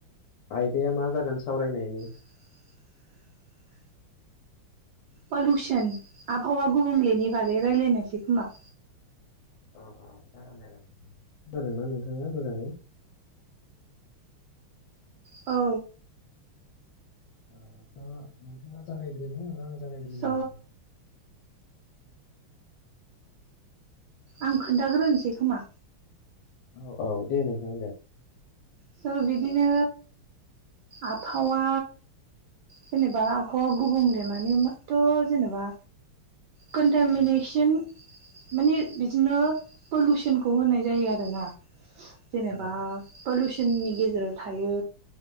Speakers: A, on the left (about 70°); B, on the right (about 70°).
A: आयदाया मा जागोन सावरायनायनि?
B: <inaudible> पलुसन आबहावा गुबुंलेनि बागै रायलायनोसै खोमा।
A: अ अ जागोन दे नों। खोनादोंना नोंथाङा मोजाङै?
B: औ
A: ओ दा नोंथाङा जागायग्रोनो ना आं जागायग्रोनो?
B: स' आं खोन्थाग्रोनोसै खोमा
A: औ औ दे नोंथां दे।
B: स' बिदिनो आबहावा जेनेबा आबहावा गुबुंलेमाने थ' जेनेबा कन्टामेनेचन
A: औ
B: माने बिदिनो पलुसनखौ होननाय जायो आरोना जेनेबा
A: औ
B: पलुसननि गेजेराव थायो